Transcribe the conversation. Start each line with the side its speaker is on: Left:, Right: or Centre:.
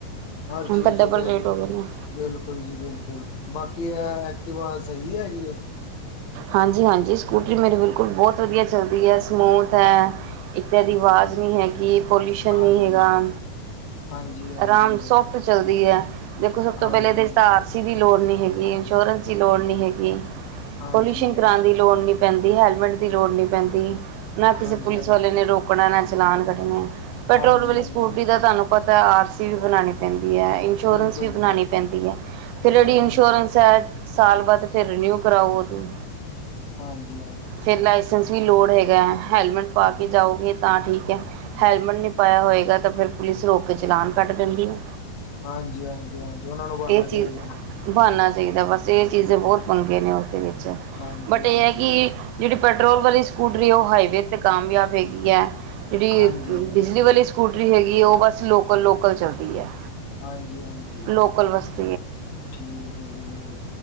Left: ਹਰ
Right: ਹੁਣ
Left: ਚੀਜ਼
Right: ਤਾਂ ਡਬਲ
Left: ਦੇ
Right: ਰੇਟ ਹੋ ਗਏ ਨੇ
Left: ਬਿਲਕੁਲ ਜੀ ਬਿਲਕੁਲ ਬਾਕੀ ਕੀ ਐ ਐਕਟਿਵਾ ਸਹੀ ਹੈਗੀ ਏ।
Right: ਹਾਂਜੀ -ਹਾਂਜੀ ਸਕੂਟਰੀ ਮੇਰੀ ਬਿਲਕੁਲ ਬਹੁਤ ਵਧੀਆ ਚੱਲਦੀ ਹੈ ਸਮੂਥ ਹੈ। ਇਕ ਤੇ ਐਦੀ ਆਵਾਜ਼ ਨਹੀਂ ਹੈਗੀ ਪੋਲਿਊਸ਼ਨ ਨਹੀਂ
Left: ਹਾਂਜੀ
Right: ਹੈਗਾ।
Left: ਹਾਂਜੀ ਹਾਂਜੀ
Right: ਆਰਾਮ
Left: ਹਾਂਜੀ
Right: ਸੋਫਟ ਚਲਦੀ ਹੈ ਦੇਖੋ ਸਭ ਤੋਂ
Left: ਹਾਂਜੀ
Right: ਪਹਿਲੇ ਤੇ ਇਸ ਦਾ ਆਰ ਸੀ ਵੀ ਲੋੜ ਨਹੀਂ ਹੈਗੀ ਇੰਸ਼ੋਰੈਂਸ ਦੀ ਲੋੜ ਨਹੀਂ ਹੈਗੀ,
Left: ਹਾਂਜੀ
Right: ਪੋਲਿਊਸ਼ਨ ਕਰਾਉਣ ਦੀ ਲੋੜ ਨਹੀਂ। ਪੈਂਦੀ ਹੈਲਮੇਟ ਦੀ ਲੋੜ ਨਹੀਂ ਪੈਂਦੀ ਨਾ
Left: ਹਾਂਜੀ
Right: ਕਿਸੇ ਪੁਲਿਸ ਵਾਲੇ ਨੇ ਰੋਕਣਾ ਨਾ ਚਲਾਨ ਕੱਟਣੇ ਪੈਟਰੋਲ
Left: ਹਾਂਜੀ
Right: ਵਾਲੀ
Left: ਹਾਂਜੀ
Right: ਸਕੂਟਰੀ ਦਾ ਤੁਹਾਨੂੰ ਪਤਾ ਆਰ ਸੀ ਵੀ ਬਣਾਉਣੀ ਪੈਂਦੀ। ਇਨਸ਼ੋਰੈਂਸ
Left: ਬਿਲਕੁਲ
Right: ਵੀ
Left: ਜੀ
Right: ਬਣਾਉਣੀ
Left: ਬਿਲਕੁਲ
Right: ਪੈਂਦੀ ਹੈ ਫਿਰ ਜਿਹੜੀ
Left: ਹਾਂਜੀ
Right: ਇਨਸ਼ੋਰੈਂਸ ਹੈ। ਸਾਲ ਬਾਅਦ ਫਿਰ ਰਿਨਿਊ ਕਰਾਓ ਉਹਨੂੰ
Left: ਹਾਂਜੀ ਹਾਂਜੀ
Right: ਫਿਰ ਲਾਇਸੈਂਸ ਵੀ ਲੋੜ ਹੈਗਾ। ਹੈਲਮਟ ਪਾ ਕੇ ਜਾਓਗੇ ਤਾਂ ਠੀਕ ਹੈ ਹੈਲਮਟ ਨਹੀਂ ਪਾਇਆ ਹੋਏਗਾ ਤਾਂ ਫਿਰ ਪੁਲਿਸ ਰੋਕ ਕੇ ਚਲਾਨ ਕੱਟ ਦਿੰਦੀ ਏ।
Left: ਹਾਂਜੀ--ਹਾਂਜੀ ਉਹਨਾਂ ਨੂੰ ਬਾਨਾ
Right: ਇਹ
Left: ਚਾਹੀਦਾ।
Right: ਚੀਜ਼ ਬਣਨਾ ਚਾਹੀਦਾ ਬਸ ਇਹ ਚੀਜ਼ ਦੇ ਬਹੁਤ ਪੰਗੇ ਨੇ ਉਹਦੇ ਵਿੱਚ
Left: ਹਾਂਜੀ
Right: ਬਟ
Left: ਹਾਂਜੀ
Right: ਇਹ ਹੈ ਕਿ ਜਿਹੜੇ ਪੈਟਰੋਲ ਵਾਲੀ ਸਕੂਟਰੀ ਉਹ ਹਾਈਵੇ ਤੇ ਕਾਮਯਾਬ ਹੈਗੀ ਹੈ। ਜਿਹੜੀ
Left: ਹਾਂਜੀ
Right: ਬਿਜਲੀ ਵਾਲੀ ਸਕੂਟਰੀ ਹੈਗੀ ਹੈ ਉਹ ਬਸ ਲੋਕਲ ਲੋਕਲ ਚਲਦੀ ਹੈ
Left: ਹਾਂਜੀ ਹਾਂਜੀ
Right: ਲੋਕਲ ਵਸਤੇ
Left: ਠੀਕ ਹੈ ਜੀ